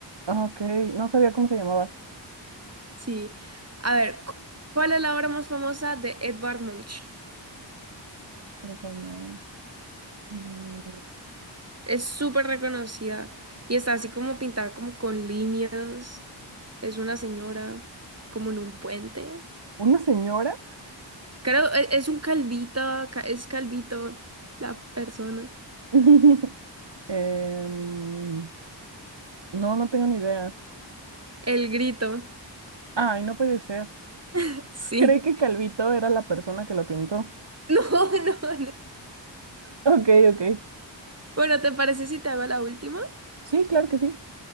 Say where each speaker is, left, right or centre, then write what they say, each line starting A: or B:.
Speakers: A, on the right; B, on the right.
A: Ah, Ok, no sabía cómo se llamaba.
B: Sí. A ver, cu- ¿cuál es la obra más famosa de Edvard Munch?
A: Era como, mm,
B: Es súper reconocida y está así como pintada como con líneas. Es una señora como en un puente.
A: ¿Una señora?
B: Creo, e- es un calvito, ca- es calvito la persona.
A: <laughs> Em, no, no tengo ni idea.
B: El grito.
A: Ay, no puede ser.
B: <laughs> Sí.
A: Creí que Calvito era la persona que lo pintó.
B: No, no, no.
A: Ok, ok.
B: Bueno, ¿te parece si te hago la última?
A: Sí, claro que sí.